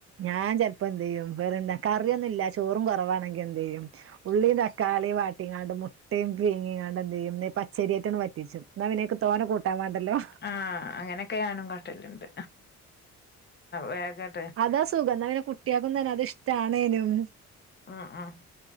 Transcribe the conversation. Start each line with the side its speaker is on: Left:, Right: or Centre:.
Right: ഞാൻ ചിലപ്പോ എന്തേയ്യും വേറെന്താ കറിയൊന്നുല്ല ചോറും കുറവാണെങ്കി എന്തെയ്യും ഉള്ളിയും തക്കാളിയും വാട്ടിങ്ങാണ്ട് മുട്ടയും പിങ്ങി ഇങ്ങാണ്ട് എന്തെയ്യും പച്ചരി ആയിറ്റ് വറ്റിച്ചു എന്നാ പിന്ന അയ്ക്ക് തോന്ന കൂട്ടാൻ വേണ്ടല്ലോ
Left: ആഹ് അങ്ങനെയൊക്കെ ഞാനും കാട്ടലുണ്ട് വേഗം
Right: അതാ സുഖം പിന്നെ കുട്ട്യാൾക്കും അത് തന്നെ ഇഷ്ടണേനും
Left: ആഹ് ആഹ്